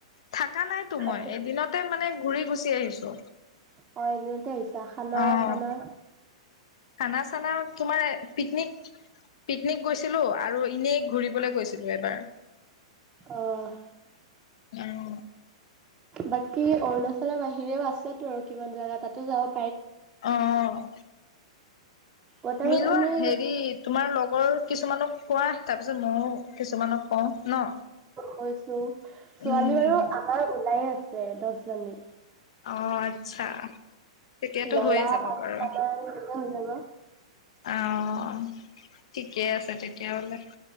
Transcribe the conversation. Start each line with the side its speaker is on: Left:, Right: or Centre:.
Left: থাকা নাই টো
Right: তাতে
Left: মই এদিনতে মানে ঘূৰি গুচি আহিছো,
Right: অ এদিনতে আহিছা খানা
Left: আহ
Right: চানা
Left: খানা চানা তোমাৰ পিকনিক পিকনিক গৈছিলো আৰু এনেই ঘূৰিবলৈ গৈছিলো এবাৰ ।
Right: অ'
Left: উম
Right: বাকী অৰুণাচলৰ বাহিৰেও আছেতো আৰু কিমান জাগা তাতো যাওঁ
Left: অ'
Right: ৱাটাৰফল
Left: মিলোৱা
Right: আমি
Left: হেৰি তোমাৰ লগৰ কিছুমানক কোৱা তাৰপিছত ময়ো কিছুমানক কওঁ ন
Right: কৈছো ছোৱালী
Left: উম
Right: বাৰু আমাৰ ওলাইে আছে দহ জনী
Left: অ আচ্ছা তেতিয়াতো
Right: লৰা
Left: হৈয়ে যাব
Right: পাঁচ
Left: বাৰু
Right: টা মান এ হৈ যাব।
Left: অ' ঠিকে আছে তেতিয়াহলে